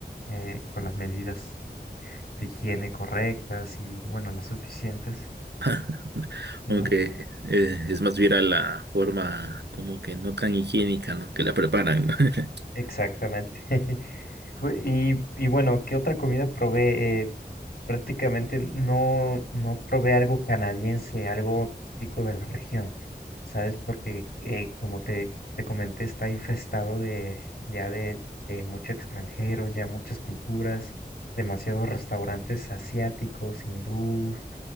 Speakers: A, on the left; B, on the right.
A: eh, con las medidas de higiene correctas y, bueno, las suficientes,
B: <laughs>
A: ¿no?
B: Aunque eh, es más viral la forma como que no tan higiénica, ¿no? Que la preparan, ¿no? <laughs>
A: Exactamente. <laughs> Bu- Y, y bueno, ¿qué otra comida probé? Eh, prácticamente no, no probé algo canadiense, algo típico de la región, ¿sabes? Porque eh, como te, te comenté, está infestado de ya de, de mucho extranjero, ya muchas culturas, demasiados restaurantes asiáticos, hindús